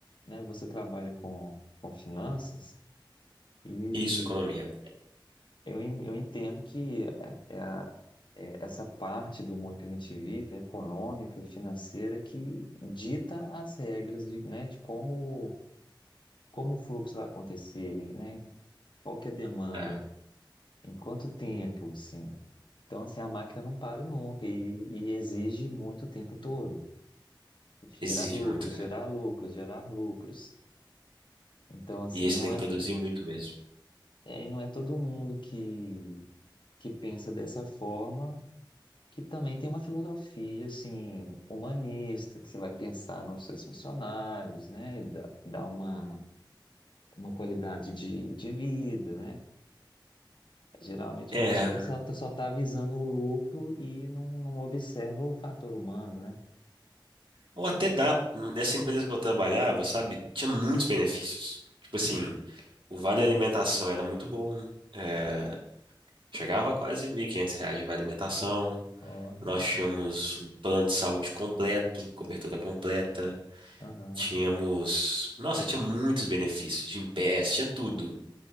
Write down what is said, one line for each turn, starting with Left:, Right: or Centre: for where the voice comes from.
Left: né, você trabalha com, com finanças e
Right: isso, economia.
Left: Eu, en- eu entendo que é, é a- é essa parte do mundo que a gente vive, econômica e financeira, que dita as regras de, né, de como, como o fluxo vai acontecer, né? Qual que é a demanda,
Right: É,
Left: em quanto tempo, assim. Então, assim, a máquina não para nunca e, e exige muito o tempo todo. Gerar
Right: exige
Left: lucros,
Right: muito, cara.
Left: gerar lucros, gerar lucros. Então, assim,
Right: E aí você
Left: não
Right: tem que
Left: é,
Right: produzir muito mesmo.
Left: é, não é todo mundo que, que pensa dessa forma, que também tem uma filosofia assim humanista, que você vai pensar nos seus funcionários, né? Dá, dá uma, uma qualidade de, de vida, né? Geralmente
Right: É.
Left: a pessoa só está só tá visando o lucro e não, não observa o fator humano, né?
Right: Ou até dá, nessa empresa que eu trabalhava, sabe, tinha muitos benefícios. Tipo assim, o vale alimentação era muito bom, é, chegava a quase 1.500 reais de vale alimentação.
Left: Ó,
Right: Nós
Left: legal.
Right: tínhamos um plano de saúde completo, cobertura completa.
Left: Aham,
Right: Tínhamos, nossa, tinha muitos benefícios, de PS, tinha tudo.